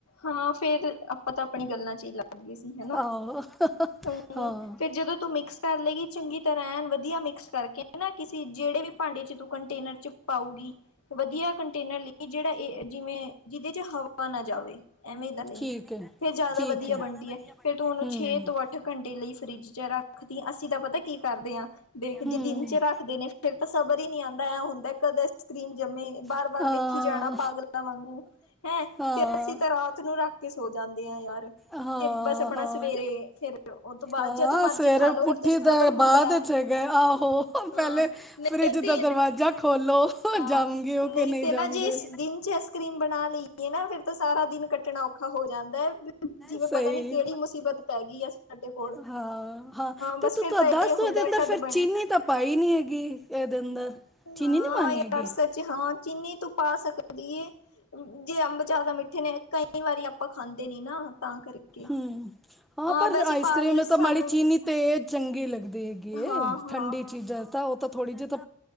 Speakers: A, on the left; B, in the centre.
A: ਹਾਂ ਫੇਰ ਅਪਾਂ ਤਾਂ ਅਪਣੀ ਗੱਲਾਂ ਚ ਹੀ ਲੱਗ ਗਏ ਸੀ ਹੈਨਾ।
B: ਆਹੋ ਹਾਂ।
A: ਹੂੰ ਫੇਰ ਜਦੋਂ ਤੂੰ ਮਿਕਸ ਕਰ ਲੇਗੀ ਚੰਗੀ ਤਰ੍ਹਾਂ ਐਨ ਵਦੀਆ ਮਿਕਸ ਕਰਕੇ ਨਾ ਕਿਸੇ ਜਿਹੜੇ ਵੀ ਭਾਂਡੇ ਚ ਤੂੰ ਕੰਟੇਨਰ ਚ ਪਾਊਗੀ ਵਦੀਆ ਕੰਟੇਨਰ ਲਈ ਜਿਹੜਾ ਇਹ ਜਿਵੇਂ ਜਿਹਦੇ ਚੇ ਹਵਾ ਨ ਜਾਵੇ ਐਵੇਂ ਦਾ ਲਈ
B: ਠੀਕ ਹੈ
A: ਫੇਰ ਜ਼ਿਆਦਾ
B: ਠੀਕ
A: ਵਦੀਆ
B: ਹੈ
A: ਬਣਦੀ ਐ ਫੇਰ ਤੂੰ ਉਹਨੂੰ
B: ਹੂੰ।
A: ਛੇ ਤੋਂ ਅੱਠ ਘੰਟੇ ਲਈ ਫ਼ਰੀਜ਼ ਚ ਰੱਖਦੀ ਅਸੀਂ ਤਾਂ ਪਤਾ ਕੀ ਕਰਦੇ ਹਾਂ ਦੇਖ
B: ਫਰਿੱਜ
A: ਜੇ ਦਿਨ ਚ ਰੱਖਦੇ ਨੇ ਫੇਰ ਤਾਂ ਸਬਰ ਈ ਨੀ ਆਂਦਾ। ਐ ਹੁੰਦਾ ਕਦੇ ਐਸ ਕਰੀਮ ਜੰਮੇ ਬਾਰ
B: ਬਾਹਰ
A: ਬਾਰ ਵੇਖੀ ਜਾਣਾ ਪਾਗਲਾਂ ਵਾਂਗੂ ਹੈਂ
B: ਹਾਂ।
A: ਤੇ ਅਸੀ ਤਾ ਰਾਤ ਨੂੰ ਰੱਖ ਕੇ ਸੋ ਜਾਂਦੇ ਆ ਯਾਰ
B: ਹਾਂ। ਹਾਂ,
A: ਤੇ ਬਸ ਆਪਣਾ
B: ਹਾਂ।
A: ਸਵੇਰੇ ਫੇਰ- ਉਹ ਤੋਂ ਬਾਅਦ
B: ਹਾਂ
A: ਜਦੋਂ ਮਰਜੀ‌
B: ਸਵੇਰੇ
A: ਖਾ ਲੋ ਫਿਰ
B: ਪੁੱਠੀ
A: ਤੇ ਸਬਰ
B: ਦੇ
A: ਹੁੰਦਾ
B: ਬਾਅਦ
A: ਹੈ
B: ਚ ਗਏ ਆਹੋ ਪਹਿਲੇ
A: ਹਾਂ ਨਹੀਂ
B: ਫਰਿੱਜ ਦਾ ਦਰਵਾਜ਼ਾ ਖੋਲੋ
A: ਹਾਂ
B: ਜਾਊਂਗੇ ਉਹ ਕਿ
A: ਨਹੀਂ ਤੇ
B: ਜਾਊਂਗੇ।
A: ਨਾ ਜੇ ਦਿਨ ਚ ਆਈਸਕ੍ਰੀਮ ਬਣਾ ਲਈਏ ਨਾ ਫੇਿਰ ਤਾਂ ਸਾਰਾ ਦਿਨ ਕੱਟਣਾ ਔਖਾ ਹੋ ਜਾਂਦਾ। ਜਿਵੇਂ
B: ਸਹੀ
A: ਪਤਾ ਨਹੀਂ ਕਿਹੜੀ ਮੁਸੀਬਤ ਪੈ ਗਈ ਏ ਸਾਡੇ ਕੋਲ
B: ਹੈ ਹਾਂ ਹਾਂ
A: ਬਸ
B: ਤੇ ਤੂੰ
A: ਫਿਰ ਤਾਂ
B: ਦੱਸ
A: ਇਹ ਹੁੰਦਾ
B: ਦੋ ਇਹਦੇ ਅੰਦਰ
A: ਕਦ
B: ਫਰ
A: ਬਣੇ
B: ਚੀਨੀ ਤਾਂ ਪਾਈ ਨੀ ਹੈਗੀ ਇਹਦੇ ਅੰਦਰ ਚੀਨੀ
A: ਹਾਂ
B: ਨਹੀਂ ਪਾਣੀ
A: ਯਾਰ
B: ਹੈਗੀ
A: ਸੱਚ ਹਾਂ ਚੀਨੀ ਤੂੰ ਪਾ ਸਕਦੀ ਏ- ਜੇ ਅੰਬ ਜ਼ਿਆਦਾ ਮਿੱਠੇ ਨੇ ਕਈ ਵਾਰੀ ਆਪਾਂ ਖਾਂਦੇ ਨੀ ਨਾ ਤਾਂ ਕਰਕੇ
B: ਹੂੰ ਹਾਂ ਪਰ
A: ਵੈਸੇ
B: ਆਇਸ-
A: ਪਾ
B: ਕ੍ਰੀਮ
A: ਲਈ ਸਾਨੂੰ
B: ਤਾਂ ਮਾੜੀ ਚੀਨੀ
A: ਤੇ
B: ਤੇਜ਼ ਚੰਗੀ ਲੱਗਦੀ ਹੈਗੀ
A: ਹਾਂ-ਹਾਂ
B: ਏ ਠੰਡੀ ਚੀਜ਼ਾਂ ਤਾਂ ਉਹ ਤਾਂ ਥੋੜੀ ਜਿਹੀ ਤਾ-